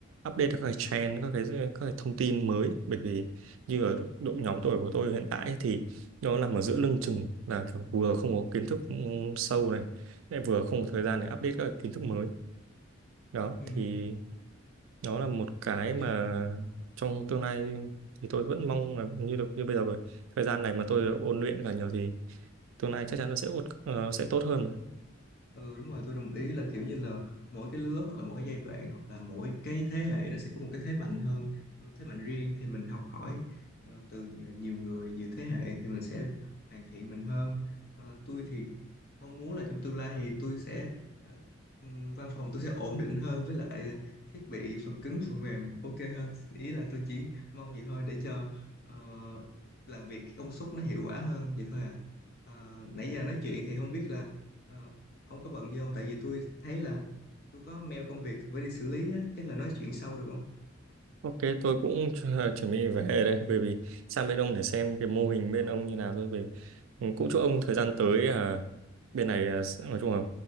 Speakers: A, on the right (about 70°); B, on the left (about 50°).
A: update được các cái trend các cái các cái thông tin mới bởi vì như ở độ nhóm tuổi của tôi hiện tại ấy thì nó nằm ở giữa lưng chừng là kiểu vừa không có kiến thức ừ, sâu này lại vừa không có thời gian để update các kiến thức mới đó
B: Ừm,
A: thì nó là một cái
B: nói
A: mà
B: chung
A: trong tương lai thì tôi vẫn mong là như được như bây giờ rồi thời gian này mà tôi được ôn luyện cả nhiều thì tương lai chắc chắn nó sẽ ốt, ờ, sẽ tốt hơn mà
B: Ừ đúng rồi tôi đồng ý là kiểu như là mỗi cái lứa hoặc là mỗi cái giai đoạn hoặc là mỗi cái thế hệ nó sẽ có một cái thế mạnh hơn thế mạnh riêng thì mình học hỏi ờ, từ nhiều nhiều người nhiều thế hệ thì mình sẽ hoàn thiện mình hơn Ờ, tôi thì mong muốn là trong tương lai thì tôi sẽ ờ, ừm, văn phòng tôi sẽ ổn định hơn với lại ờ, thiết bị phần cứng phần mềm ok hơn ý là tôi chỉ mong vậy thôi để cho ờ, làm việc cái công suất nó hiệu quả hơn vậy thôi à Ờ, nãy giờ nói chuyện thì không biết là ờ, ông có bận gì không tại vì tôi thấy là tôi có mail công việc phải đi xử lý á chắc là nói chuyện sau được không
A: ok tôi cũng <laughs> chu- chuẩn bị về đây bởi vì sang bên ông để xem cái mô hình bên ông như nào thôi về cũng chúc ông thời gian tới à, bên này à, sẽ- nói chung là